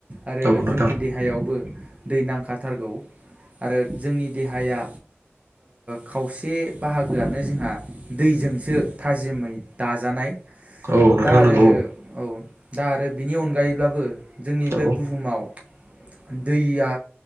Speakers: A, on the right; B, on the right.
A: आरो
B: औ नोंथां
A: जोंनि देहायावबो दै नांखाथारगौ आरो जोंनि देहाया खावसे बाहागोआनो जोंहा दैजोंसो थाजिमै दाजानाय
B: औ नोंथां
A: दा आरो
B: नंगौ।
A: औ दा आरो बिनि अनगायैब्लाबो जोंनि
B: औ
A: बे बुहुमाव दैया